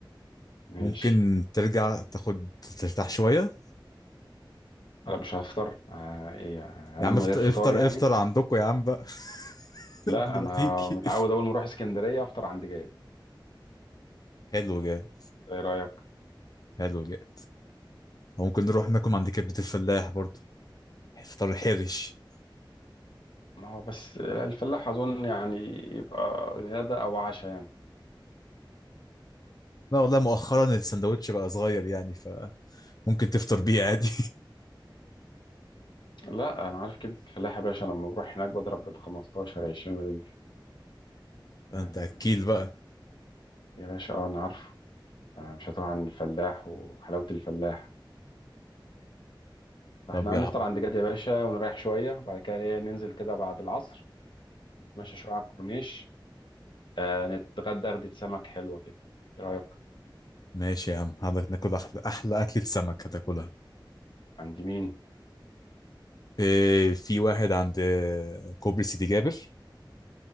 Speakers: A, on the left (about 70°); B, on the left (about 50°).
A: ماشي
B: ممكن ترجع تاخد ترتاح شوية
A: لا مش هفطر آه، ايه
B: يا
A: انام
B: عم افطر
A: من غير فطار
B: افطر
A: يعني
B: افطر عندكم يا عم بقى
A: لا
B: قبل
A: انا
B: ما تيجي
A: متعود اول ما اروح اسكندريه افطر عند جاي
B: حلو جاد
A: ايه رايك
B: حلو جاد أو ممكن نروح ناكل من عند كبدة الفلاح برضو فطار حرش
A: ما هو بس الفلاح اظن يعني يبقى غدا او عشاء يعني
B: لا والله مؤخرا السندوتش بقى صغير يعني فممكن تفطر بيه عادي
A: لا انا عارف كبده الفلاح يا باشا لما بروح هناك بضرب بال 15 20 رغيف
B: <laughs> انت
A: يعني
B: اكيل بقى
A: يا باشا اه انا عارف انت مش هتوه عن الفلاح وحلاوه الفلاح فاحنا
B: طب يا
A: هنفطر
B: عم
A: عند جاد يا باشا ونريح شويه وبعد كده إيه، ننزل كده بعد العصر نتمشى شويه على الكورنيش آه، نتغدى غدة سمك حلوه كده ايه رايك
B: ماشي يا عم حضرتك ناكل احلى احلى اكلة سمك هتاكلها
A: عند مين
B: إيه في واحد عند كوبري سيدي جابر